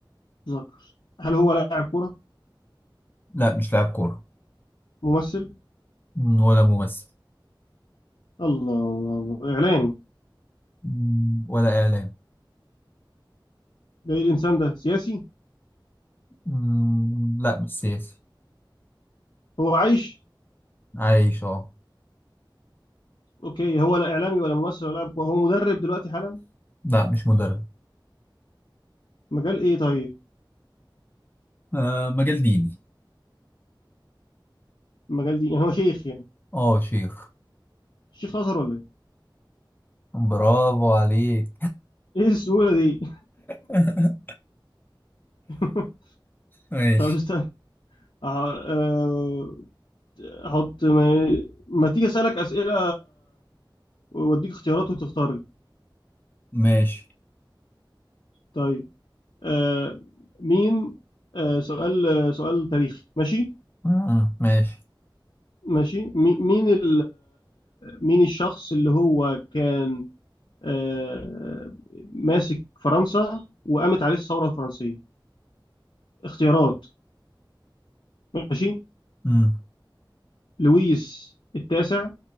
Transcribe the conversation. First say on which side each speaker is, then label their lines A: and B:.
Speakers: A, on the left; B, on the left.
A: ذكر هل هو لاعب كوره
B: لا مش لاعب كورة
A: ممثل
B: ولا ممثل
A: الله الله الله اعلامي
B: مم، ولا إعلام
A: ده ايه الانسان ده سياسي
B: مم، لا مش سياسي
A: هو عايش
B: عايش اه
A: اوكي هو لا اعلامي ولا ممثل ولا لاعب كوره هو مدرب دلوقتي حالا
B: لا مش مدرب
A: مجال ايه طيب
B: آه مجال ديني
A: المجال دي يعني هو شيخ يعني
B: اه شيخ
A: شيخ ازهر ولا ايه؟
B: برافو عليك
A: ايه السهوله دي
B: <laughs>
A: <laughs>
B: ماشي
A: طب استنى أه، احط ما, ما تيجي اسالك اسئله واديك اختيارات وتختار لي
B: ماشي
A: طيب أه، مين أه، سؤال سؤال تاريخي ماشي
B: مم، ماشي
A: ماشي مي- مين ال مين الشخص اللي هو كان أه، ماسك فرنسا وقامت عليه الثوره الفرنسيه اختيارات ماشي
B: مم،
A: لويس التاسع